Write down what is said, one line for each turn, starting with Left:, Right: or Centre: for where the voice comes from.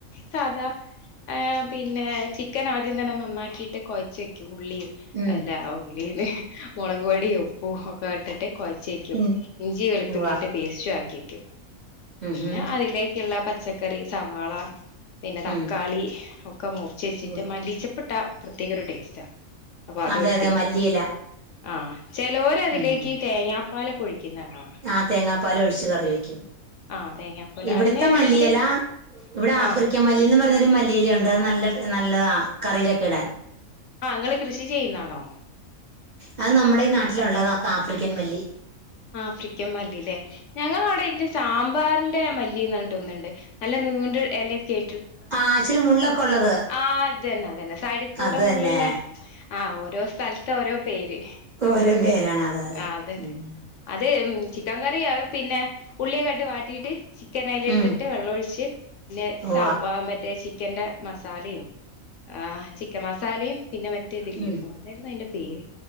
Left: സാധാ പിന്നെ ചിക്കൻ ആദ്യം തന്നെ നന്നാക്കിയിട്ട് കൊഴച്ച് വയ്ക്കും ഉള്ളി
Right: ഉം
Left: അല്ല ഉള്ളീന്ന് മുളക് പൊടിയും ഉപ്പും ഒക്കെ ഇട്ടിട്ട് കുഴച്ച് വെക്കും
Right: ഉം
Left: ഇഞ്ചി വെളുത്തുള്ളീന്റെ
Right: ഉവ്വ
Left: പേസ്റ്റു ആക്കി വെക്കും
Right: ഉം
Left: പിന്നെ
Right: ഹും
Left: അതിലേക്കുള്ള പച്ചക്കറി സവാള പിന്നെ തക്കാളി
Right: ഉം
Left: ഒക്കെ മുറിച്ച് വെച്ചിട്ട്
Right: ഉവ്വ
Left: മല്ലിച്ചപ്പിട്ട പ്രത്യേക ഒരു ടേസ്റ്റാ അപ്പൊ അത്
Right: അതെ
Left: എടുത്ത്
Right: അതെ
Left: വെക്കും
Right: മല്ലിയില
Left: ആ ചിലർ അതിലേക്ക്
Right: ഉം
Left: തേങ്ങാപ്പാലൊഴിക്കുന്നത് കാണാ
Right: ആ തേങ്ങാപ്പാലൊഴിച്ച് കറി വെക്കും
Left: ആഹ് തേങ്ങാപ്പാല്
Right: ഇവിട്ത്തെ
Left: അതിന് എന്നിട്ട്
Right: മല്ലിയെല ഇവിടെ ആഫ്രിക്കൻ
Left: ആഹ്
Right: മല്ലി മല്ലിന്ന് പറഞ്ഞൊരു മല്ലിയിലയുണ്ട് അത് നല്ല നല്ലതാ കറിയിലൊക്കെ ഇടാൻ
Left: ആ നിങ്ങൾ കൃഷി ചെയ്യുന്നാണോ
Right: അത് നമ്മുടെഈ നാട്ടിലുള്ളതാ ആഫ്രിക്കൻ മല്ലി
Left: ആഫ്രിക്കൻ മല്ലില്ലേ ഞങ്ങള അവിടെ ഇണ്ട് സാമ്പാറിന്റെ മല്ലിന്ന് പറഞ്ഞിട്ട് ഒന്നുണ്ട് നല്ല നീണ്ട് എല ഒക്കെ
Right: ആ ഇച്ചിരി മുള്ളൊക്കെ ഉള്ളത്
Left: ആ അതന്നെ അതന്നെ സൈഡ് കൂടെ
Right: അത്
Left: മുള്ളുള്ള
Right: തന്നെ
Left: ആഹ് ഓരോ സ്ഥലത്ത് ഓരോ പേര്
Right: ഓരോ പേരാണ് അതെ അതെ
Left: ആഹ് അതന്നെ
Right: ഉം
Left: അത് ചിക്കൻ കറിയ പിന്നെ ഉള്ളിയെക്കട്ട് വാട്ടിയിട്ട് ചിക്കൻ അതിൽ എടുത്തിട്ട്
Right: ഉം.
Left: വെള്ളമൊഴിച്ച് പിന്നെ സാമ്പാ
Right: ഉവ്വ
Left: മറ്റേ ചിക്കന്റെ മസാലിം ആ് ചിക്കൻ മസാലിം പിന്നെ മറ്റേ ഇത്‌ ല്ലേ
Right: ഉം.
Left: എന്തായിരുന്നു അതിന്റെ പേര്